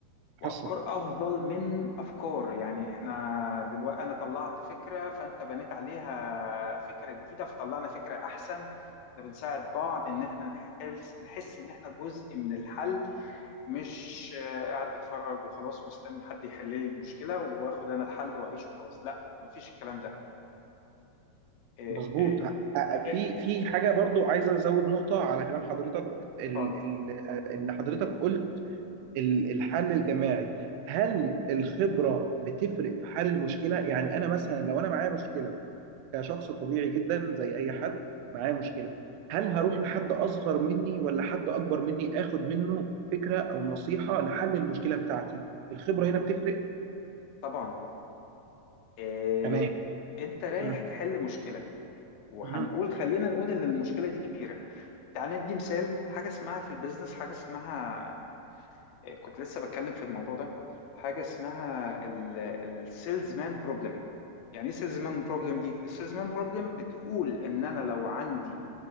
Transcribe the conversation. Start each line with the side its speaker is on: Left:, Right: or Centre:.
Left: وأفكار
Right: حصل
Left: أفضل من أفكار يعني إحنا دلوقتي أنا طلعت فكرة فأنت بنيت عليها فكرة جديدة فطلعنا فكرة أحسن ده بنساعد بعض إن إحنا نحس نحس إن إحنا جزء من الحل مش آه، قاعد بتفرج وخلاص مستني حد يحل لي المشكلة وآخد أنا الحل وأعيش وخلاص لا مفيش الكلام ده إيه
Right: مظبوط
Left: إيه
Right: أ- أ-
Left: إيه
Right: في في حاجه برضو عايز ازود نقطه على كلام حضرتك ال
Left: اتفضل
Right: ال ان حضرتك قلت ال- الحل الجماعي هل الخبره بتفرق في حل المشكله يعني انا مثلا لو انا معايا مشكله كشخص طبيعي جدا زي اي حد معايا مشكله هل هروح لحد اصغر مني ولا حد اكبر مني اخد منه فكره او نصيحه لحل المشكله بتاعتي الخبره هنا بتفرق
Left: طبعا إيه
Right: تمام
Left: انت رايح
Right: مهم.
Left: تحل مشكله وهنقول
Right: مهم.
Left: خلينا نقول ان المشكله دي كبيره تعال ندي مثال حاجه اسمها في البيزنس حاجه اسمها إيه كنت لسه بتكلم في الموضوع ده حاجه اسمها السيلز مان بروبلم يعني ايه سيلز مان بروبلم دي السيلز مان بروبلم بتقول ان انا لو عندي